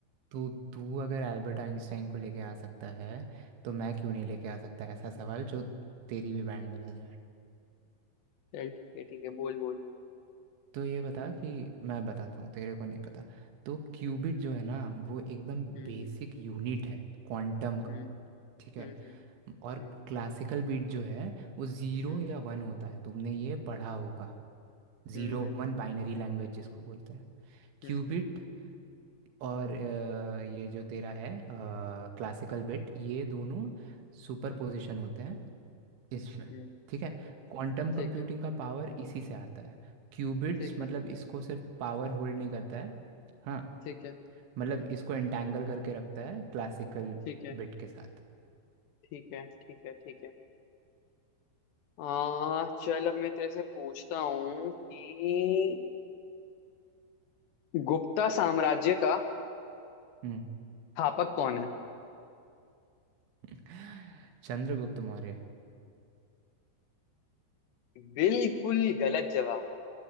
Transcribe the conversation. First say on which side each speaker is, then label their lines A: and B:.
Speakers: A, on the right (about 70°); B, on the left (about 70°).
A: तो तू अगर एल्बर्ट आइंस्टाइन को लेके आ सकता है तो मैं क्यों नहीं लेके आ सकता ऐसा सवाल जो तेरी भी बैंड बजा जाए
B: चल ठीक है ठीक है बोल बोल
A: तो ये बता कि मैं बताता हूँ तेरे को नहीं पता तो क्यूबिट जो है ना वो एकदम
B: हम्म
A: बेसिक यूनिट है क्वांटम का
B: हम्म
A: ठीक है
B: हम्म
A: और
B: हम्म
A: क्लासिकल बिट जो है वो ज़ीरो
B: हम्म
A: या वन होता है तुमने ये पढ़ा होगा जीरो
B: हम्म
A: वन बाइनरी लैंग्वेज जिसको बोलते हैं क्यूबिट
B: हम्म हम्म
A: और अ, ये जो तेरा है क्लासिकल बिट ये दोनों सुपर पोजिशन होते हैं इसमें
B: हम्म
A: ठीक है क्वांटम कंप्यूटिंग
B: ठीक है
A: का पावर इसी से आता है क्यूबिट्स
B: ठीक
A: मतलब
B: है
A: इसको सिर्फ पावर होल्ड नहीं करता है हाँ
B: ठीक है हम्म
A: मतलब
B: हम्म,
A: इसको एंटैंगल करके रखता है क्लासिकल
B: ठीक है
A: बिट के साथ
B: ठीक है ठीक है ठीक है आ चल अब मैं तेरे से पूछता हूँ कि गुप्ता साम्राज्य का
A: हम्म
B: स्थापक कौन है
A: <laughs> चंद्रगुप्त मौर्य
B: बिल्कुल गलत जवाब